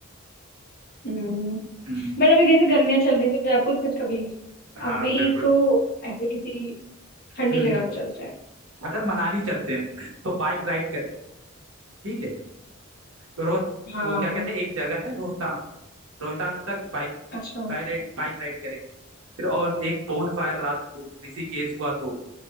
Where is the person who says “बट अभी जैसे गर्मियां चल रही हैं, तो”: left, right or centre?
Left